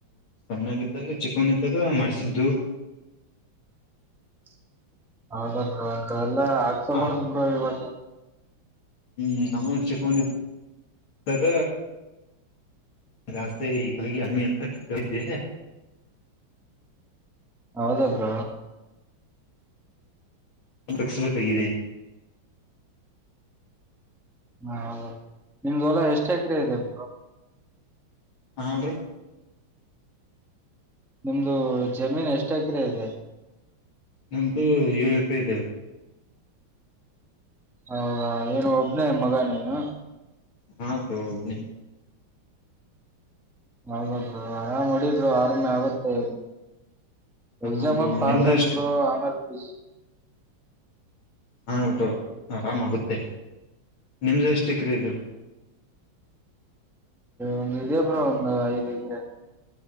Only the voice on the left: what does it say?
ಚ್ಣಾಗಿದ್ದಾಗ ಚಿಕ್ಕನ್ ಇದ್ದಾಗ ಮಾಡಸಿದ್ದು
ಹ
ಹ್ಮ್ ನಮ್ಮ ಚಿಕೊಂಡಾಗ ಜಾಸ್ೆ ಹೀಗಾಗಿ ಅರ್ಮಿ ಅಂತ ಟಕ್ಟ ಇದ್ದೆ
ತಸ ಬತಗ
ಹನ್ರಿ
ನಮ್ದು ಏಳು ರೂಪಾಯಿ ಇದದೆೇವರು
ಹಾ ಪ್ರೌನ
ಹಾ
ಬ್ರೋ
ನಿಮ್ದು
ಎಷ್ಟು
ಹಾ ಉಟು ಆರಾಮಾಗುತ್ತೆ ನಿಮ್ದ ಎಷ್ಟ ಕ್ರ ಇದೇ